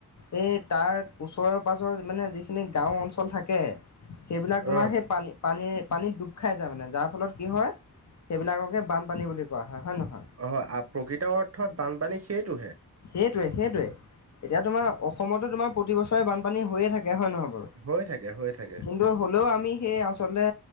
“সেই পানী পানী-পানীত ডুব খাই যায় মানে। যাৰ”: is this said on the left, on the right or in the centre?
Left